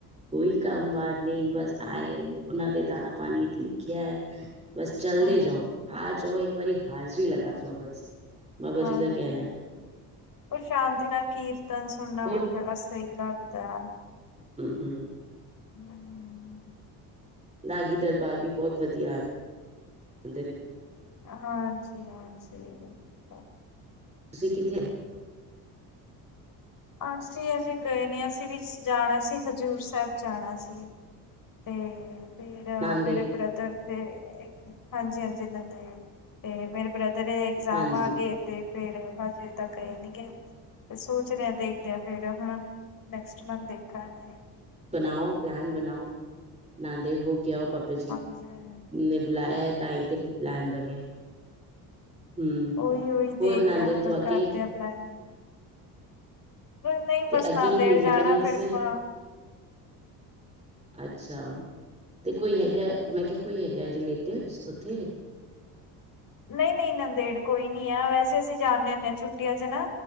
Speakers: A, on the right; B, on the left.
A: ਕੋਈ ਕੰਮ ਬਾਰ ਨਹੀਂ ਬਸ ਆਏ ਉਹਨਾਂ ਦੇ ਦਾਨਾ ਪਾਣੀ ਚ ਲਿਖਿਆ ਹੈ। ਬਸ ਚਲਦੇ
B: ਹਮ
A: ਜਾਓ ਆ ਜਾਓ ਇੱਕ ਵਾਰੀ ਹਾਜ਼ਰੀ ਲਗਾ ਜਾਓ ਬਸ। ਬਾਬਾ
B: ਹਾਂਜੀ
A: ਜੀ ਦਾ ਕਹਿਣਾ ਹੈ
B: ਕੁ ਸ਼ਾਂਤੀ ਨਾਲ ਕੀਰਤਨ ਸੁਣਨਾ
A: ਹੋਰ
B: ਵੀ ਬੜਾ ਸਹੀ ਲੱਗਦਾ ਹੈ।
A: ਹੂ
B: ਹਮ ਹਮ ਹਮ
A: ਰਾਗੀ ਦਰਬਾਰ ਵੀ ਬਹੁਤ ਵਧੀਆ ਹਨ
B: ਹਾਂਜੀ ਹਾਂਜੀ ਬਿਲਕੁਲ
A: ਤੁਸੀਂ ਕਿੱਥੇ
B: ਅਸੀਂ ਅਜੇ ਗਏ ਨੀ ਅਸੀਂ ਵੀ ਜਾਣਾ ਸੀ, ਹਜ਼ੂਰ ਸਾਹਿਬ ਜਾਣਾ ਸੀ। ਤੇ ਫਿਰ
A: ਨਾਂਦੇੜ
B: ਮੇਰੇ ਬ੍ਰਦਰ ਦੇ ਹਾਂਜੀ- ਹਾਂਜੀ ਇਹਨਾਂ ਦੇ ਤੇ ਮੇਰੇ ਬ੍ਰਦਰ ਇਧਰ ਇਗਜ਼ਾਮ
A: ਹਾਂਜੀ।
B: ਆ ਗਏ ਤੇ ਫੇਰ ਹਜੇ ਤੱਕ ਇਹ ਨੀ ਗਏ ਤੇ ਸੋਚਦਿਆਂ ਦੇਖਦਿਆਂ ਫੇਰ ਹੁਣ ਨੈਕਸਟ ਮੰਥ ਦੇਖਾਂਗੇ।
A: ਬਣਾਓ ਪਲੈਨ
B: ਤੇ
A: ਬਣਾਓ ਬਣਾਂਦੇ ਰਹੋ। ਕਿਹਾ ਉਹ ਬਾਬਾ ਜੀ
B: ਹਾਂਜੀ-ਹਾਂਜੀ-ਹਾਂਜੀ
A: ਨੇ ਬੁਲਾਇਆ ਤਾਂ ਹੀ ਤੇ ਫਿਰ ਪਲੈਨ ਬਣਿਆ। ਹੂੰ,
B: ਔਹੀ ਔਹੀ ਦੇਖਦੇ
A: ਹੋਰ ਨਾਂਦੇੜ
B: ਆਂ, ਹੁਣ
A: ਤੋਂ ਅੱਗੇ
B: ਕਰਦੇ ਆਂ ਪਲੈਨਿੰਗ ਨਹੀਂ ਬਸ
A: ਤੇ ਅੱਗੇ
B: ਨਾਂਦੇੜ
A: ਨੀ
B: ਜਾਣਾ,
A: ਮਤਲਬ ਮੀਨ
B: ਫਿਰ
A: ਸਿਰਫ
B: ਆਪਾਂ
A: ਅੱਛਾ। ਤੇ ਕੋਈ ਹੈਗਾ, ਮੈਂ ਕਿਹਾ ਕੋਈ ਹੈਗਾ, ਰਲੇਟਿਵਸ ਔਥੇ?
B: ਨਹੀਂ ਨਹੀਂ ਨੰਦੇੜ ਕੋਈ ਨਹੀਂ ਆ, ਵੈਸੇ ਅਸੀਂ ਜਾਂਦੇ ਹੁੰਦੇ ਹਾਂ ਛੁੱਟੀਆਂ ਚ ਨਾ